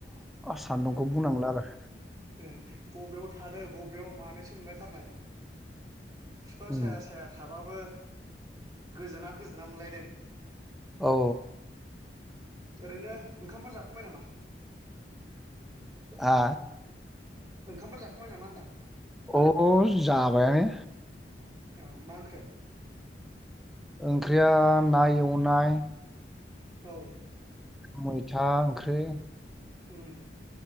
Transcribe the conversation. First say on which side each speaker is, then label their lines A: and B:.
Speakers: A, in the centre; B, on the right (about 20°).
A: सानदुंखौ बुंनांला आरो।
B: उम बबेयाव थानो बबेयाव मानोसो मोनलाय थारनाय। बिफां साया
A: उम
B: साया थाबाबो गोजोना गोजोना मोनलायदों।
A: औ
B: ओरैनो ओंखामफोर जाखांबाय नामा?
A: <inaudible>
B: ओंखामफोर जाखांबाय नामा होनदां
A: अ' जाबायानो।
B: औ मा ओंख्रि?
A: ओंख्रिया ना एवनाय।
B: औ।
A: मैथा ओंख्रि।
B: उम